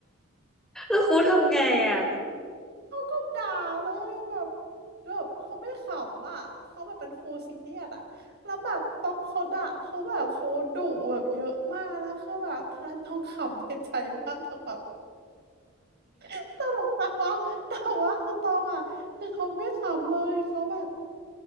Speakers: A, in the centre; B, on the right.
A: แล้วครูทำไงอ่ะ
B: เขาก็ด่าเลยแบบแบบเขาไม่ขำอ่ะเขาแบบเป็นครูซีเรียสอ่ะแล้วแบบต้องเขาด่าเขาแบบเขาดุแบบเยอะมากแล้วคือแบบตอนนั้นต้องขำในใจมากต้องแบบ <laughs> ตลกจังวะแต่ว่าคือตองอ่ะคือเขาไม่ขำเลยเขาแบบ